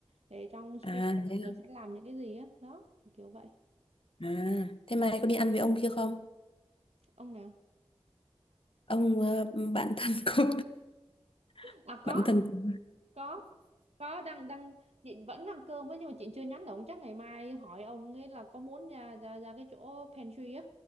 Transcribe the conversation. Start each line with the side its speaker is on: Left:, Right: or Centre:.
Right: để trong sprint
Left: À,
Right: này mọi
Left: thế à.
Right: người sẽ làm những cái gì á đó kiểu vậy
Left: À, thế mai có đi ăn với ông kia không?
Right: ông nào
Left: Ông ờ, bạn thân của <laughs>
Right: à có
Left: bạn thân của
Right: có có đang đang chị vẫn ăn cơm á nhưng mà chị chưa nhắn được chắc ngày mai hỏi ông ấy là có muốn ra ra ra cái chỗ pantry á